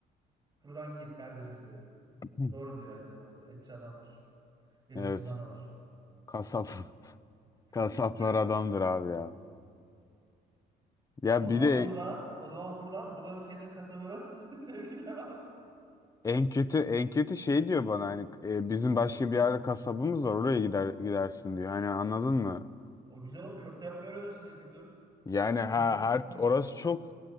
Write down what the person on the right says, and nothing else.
Buradan git kardeşim diyor.
Doğru diyor aynı zamanda. Etçi adammış. Yaşasın
danalar.
<laughs>
O zaman
buradan, o zaman buradan Bulanık'ın kasabına <laughs> sevgiler abi.
O güzel o köfte yapmayı öğrenirsin en kötü.
<laughs>